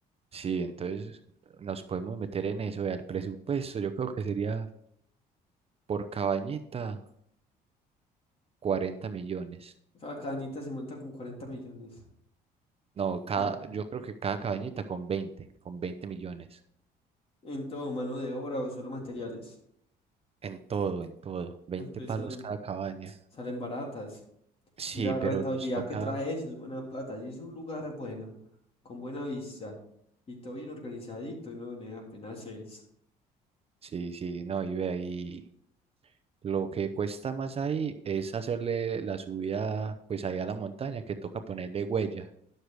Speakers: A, on the right; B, on the left.
A: Sí, entonces nos podemos meter en eso. Vea, el presupuesto, yo creo que sería por cabañita 40 millones.
B: Cada cabañita se monta con 40 millones,
A: No, cada,
B: ¿no?
A: yo creo que cada cabañita con veinte con veinte millones.
B: En todo, mano de obra o solo materiales.
A: En todo, en todo. veinte
B: Entonces
A: palos
B: salen,
A: cada cabaña.
B: salen baratas.
A: Sí,
B: Y la
A: pero
B: rentabilidad
A: nos toca.
B: que trae eso es buena plata. Si es un lugar bueno, con buena vista y todo bien organizadito, ¿no? Nea, Apenas es.
A: Sí, sí, no, y ve ahí. Lo que cuesta más ahí es hacerle la subida, pues ahí a la montaña, que toca ponerle huella